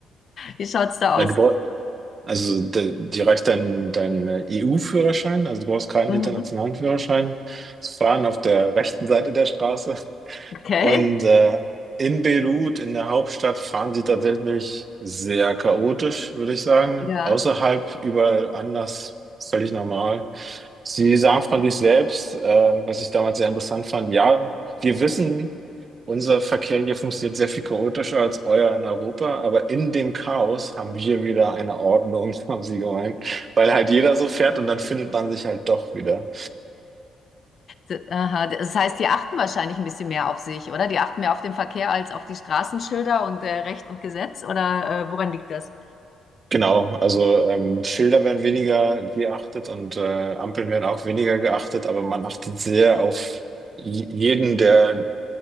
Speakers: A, on the left; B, on the right.
A: Wie schaut's da aus?
B: Ja, Du brauch, also de- dir reicht dein, dein äh, EU-Führerschein, also du brauchst keinen
A: Mhm.
B: internationalen Führerschein. Das Fahren auf der rechten Seite der Straße.
A: Okay.
B: Und äh, in Beirut, in der Hauptstadt, fahren sie tatsächlich sehr chaotisch, würde ich sagen.
A: Ja.
B: Außerhalb, überall anders, völlig normal. Sie sagen von sich selbst, äh, was ich damals sehr interessant fand, ja, wir wissen, unser Verkehr hier funktioniert sehr viel chaotischer als euer in Europa, aber in dem Chaos haben wir wieder eine Ordnung, <laughs> haben sie gemeint, weil halt jeder so fährt und dann findet man sich halt doch wieder.
A: D- Aha. Das heißt, die achten wahrscheinlich ein bisschen mehr auf sich, oder? Die achten mehr auf den Verkehr als auf die Straßenschilder und äh, Recht und Gesetz, oder äh, woran liegt das?
B: Genau, also ähm, Schilder werden weniger geachtet und äh, Ampeln werden auch weniger geachtet, aber man achtet sehr auf j- jeden, der